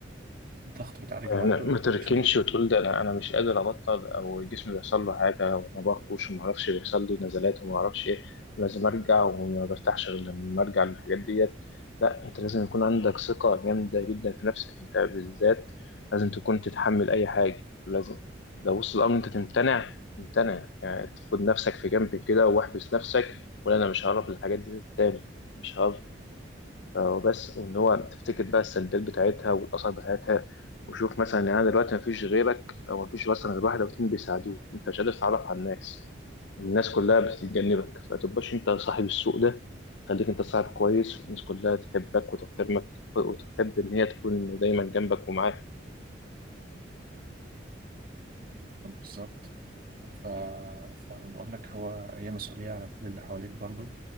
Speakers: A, on the right (about 50°); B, on the left (about 70°).
A: الضغط بيتعالج
B: يعني
A: لوحده
B: ما
A: ما بيتعالجش
B: تركنش
A: لوحده
B: وتقول ده انا انا مش قادر ابطل او جسمي بيحصل له حاجه وما باكلش وما اعرفش بيحصل لي نزلات وما اعرفش ايه ولازم ارجع وما برتاحش غير لما ارجع للحاجات ديت لا انت لازم يكون عندك ثقه جامده جدا في نفسك انت بالذات لازم تكون تتحمل اي حاجه لازم لو وصل الامر انت تمتنع تمتنع يعني تاخد نفسك في جنب كده واحبس نفسك ولا انا مش هعرف الحاجات دي تاني مش هعرف وبس وان هو تفتكر بقى السلبيات بتاعتها والاثار بتاعتها وشوف مثلا يعني أنا دلوقتي مفيش غيرك او مفيش مثلا غير واحد او اتنين بيساعدوك انت مش قادر تتعرف على الناس الناس كلها بتتجنبك فتبقاش انت صاحب السوق ده خليك انت صاحب كويس والناس كلها تحبك وتحترمك وتحب ان هي تكون دايما جنبك ومعاك
A: بالظبط ف... فأنا بقول لك هو هي مسؤولية على كل اللي حواليك برضو